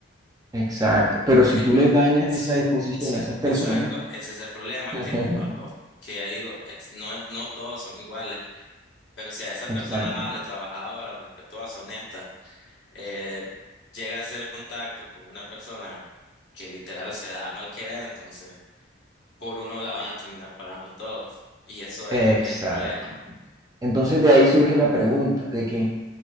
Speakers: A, on the right; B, on the left.
A: exacto. Pero si
B: El
A: tú
B: pro-
A: les dañas
B: sí,
A: esa disposición
B: sí,
A: a esas personas...
B: exacto, ese es el problema
A: <laughs>
B: que, no- aco- que ya digo, ex- no, no todos son iguales, pero si a esa persona
A: Exacto,
B: amable, trabajadora, respetuosa, honesta, eh, llega a hacer contacto con una persona que literal se da a mal querer, entonces por uno la van a terminar pagando todo y eso
A: exacto.
B: es el el problema.
A: Entonces de ahí surge la pregunta de que